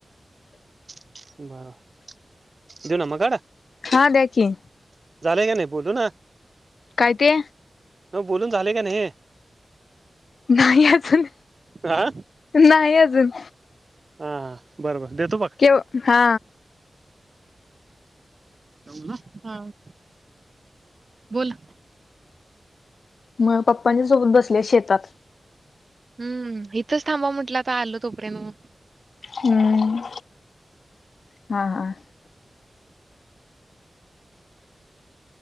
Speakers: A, on the right; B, on the left.
A: <inaudible> <unintelligible> <inaudible>
B: हा द्या की
A: झालंय का नाही बोलू ना.
B: काय‌ ते?
A: मग बोलून झाले का नाही?
B: नाही अजून,
A: हा
B: नाही अजून.
A: हा, हा बर बर देतो बघ.
B: केव हा.
A: <inaudible> हा. बोल.
B: मग पप्पांच्या सोबत बसल्या शेतात.
A: हम्म इथंच थांबा म्हटल्यात आल तोपर्यंत मग.
B: हम्म हा, हा.